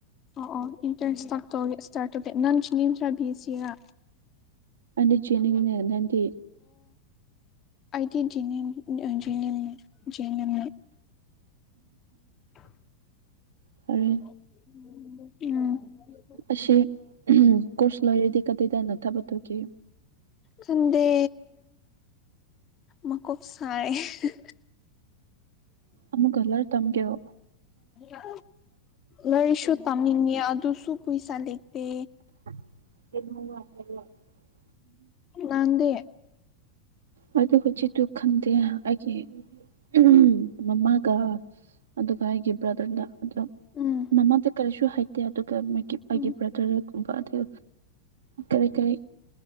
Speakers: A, on the left; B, on the right.
A: ꯑꯣ ꯑꯣ ꯏꯟꯇꯔꯦꯟꯁ ꯇ ꯇꯧꯔꯦ ꯁꯔ ꯇꯦ ꯅꯪꯁꯤꯅꯤꯟ꯭ꯔ ꯕꯤ ꯑꯦꯁ ꯁꯤꯔ
B: ꯑꯅꯤ ꯆꯦꯅꯤꯡꯅꯦ ꯅꯪꯗꯤ
A: ꯑꯩꯗꯤ ꯖꯦꯅꯤꯝ ꯑ ꯖꯦꯅꯤꯝ ꯖꯦꯅꯝ ꯎꯝ
B: ꯐꯔꯦ ꯑꯁꯤ ꯎꯍꯝ ꯀꯣꯔꯁ ꯂꯣꯏꯔꯗꯤ ꯀꯗꯥꯏꯗꯅ ꯊꯕꯛ ꯇꯧꯈꯤ
A: ꯈꯟꯗꯦ ꯃꯀꯣꯛ ꯁꯥꯢ ꯑꯍ
B: ꯑꯃꯨꯛ ꯀꯂꯔ ꯇꯝꯒꯦꯔꯣ
A: ꯑ ꯂꯥꯏꯔꯤꯛꯁꯨ ꯇꯝꯅꯤꯡꯉꯦ ꯑꯗꯨꯁꯨ ꯄꯩꯁꯥ ꯂꯩꯇꯦ
B: <unintelligible>
A: ꯅꯪꯗꯤ
B: ꯑꯩꯗꯨ ꯍꯧꯖꯤꯛꯇꯨ ꯈꯟꯗꯦ ꯑꯩꯒꯤ ꯑꯍꯝ ꯃꯃꯥꯒ ꯑꯗꯨꯒ ꯑꯩꯒꯤ ꯕ꯭ꯔꯗꯔꯅ ꯑꯗꯨ
A: ꯎꯝ
B: ꯃꯃꯥꯗꯤ ꯀꯔꯤꯁꯨ ꯍꯩꯇꯦ ꯑꯗꯨ ꯗ ꯃꯥꯒꯤ ꯃꯥꯒꯤ
A: ꯎꯝ
B: ꯕ꯭ꯔꯗꯔꯒꯨꯝꯕ ꯑꯗꯨ ꯀꯔꯤ ꯀꯔꯤ